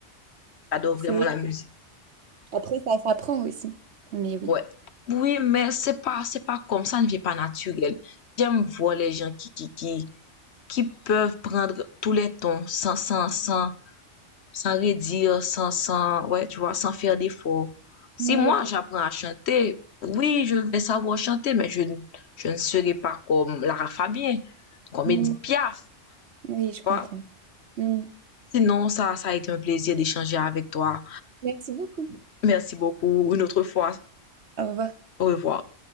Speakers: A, on the left; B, on the right.
A: j'adore
B: C'est
A: vraiment
B: vrai
A: la
B: que
A: musique.
B: après, ça s'apprend aussi. Mais oui.
A: Ouais. Oui, mais c'est pas, c'est pas comme ça, ne vient pas naturel. J'aime voir les gens qui, qui, qui, qui peuvent prendre tous les tons sans, sans, sans, sans redire, sans, sans, ouais, tu vois, sans faire d'efforts. Si
B: Ouais,
A: moi
B: je...
A: j'apprends à chanter, oui, je vais savoir chanter, mais je, je ne serai pas comme Lara Fabien, comme
B: Hmm,
A: Edith Piaf, tu
B: Oui, je comprends.
A: vois.
B: Hmm.
A: Sinon, ça, ça a été un plaisir d'échanger avec toi.
B: Merci beaucoup.
A: Merci beaucoup. Une autre fois,
B: Au revoir.
A: au revoir.